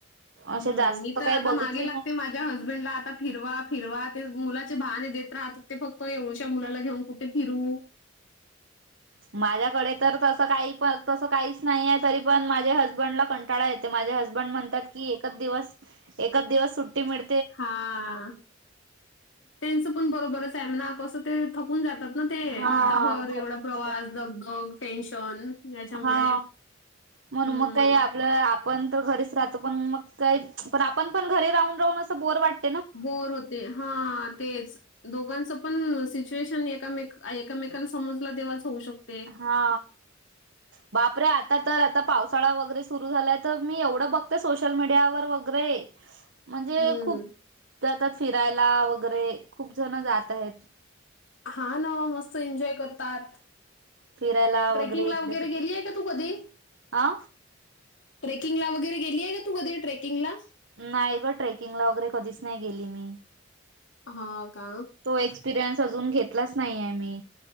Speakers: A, on the right; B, on the left.
A: असे
B: हम्म...
A: जास्त
B: मी तर
A: काही
B: आता
A: बघितली
B: मागे लागते
A: नाही.
B: माझ माझ्या हसबंडला आता फिरवा फिरवा... ते मुलाचे बहाणे देत राहतात ते फक्त... एवढुश्या मुलाला घेऊन कुठ ते फिरवू? <inaudible>
A: माझ्याकडे तर तसं काही प... तसं काहीच नाई ए तरी पण माझे हसबंडला कंटाळा येते माझे हसब बंड म्हणतात की एकच दिवस... एकच दिवस सुट्टी मिळ
B: हा... त्यांचं पण बरोबरच आहे म्हणा... कसं ते थकून जातात ना ते...
A: हा
B: हप्ताभर एवढा
A: थकून
B: प्रवास...
A: जातात
B: दगदग टेन्शन याच्यामुळे
A: हा मण
B: हम्म
A: मग काही आपलं आपण तर घरीच राहतो पण मग काय पण आपण पण घरी राहून राहून असं बोर वाटत.
B: बोर होते हा तेच. दोघांचं पण सिच्युएशन एमे एकामेकाला समजला देवाचं होऊ शकत.
A: हा बापरे आ आता तर आता पावसाळा वगैरे सुरू झालाय तर मी एवढं बघते सोशल मीडियावर वगैरे म्हणजे
B: हम्म.
A: खूप जातात फिरायला वगैरे खूप जण जात आहेत.
B: हा ना मस्त एन्जॉय करतात.
A: फिरायला
B: ट्रेकिंगला
A: इकडे
B: वगैरे
A: तिकडे
B: गेलीये का तू कधी?
A: अ
B: ट्रेकिंग ला वगैरे गेलीय का तू कधी ट्रेकिंगला?
A: नाही ग ट्रेकिंगला वगैरे कधीच नाही गेली मी
B: हां का?
A: तो एक एक्सपिरियन्स अजून घेतलाच नाही आहे मी.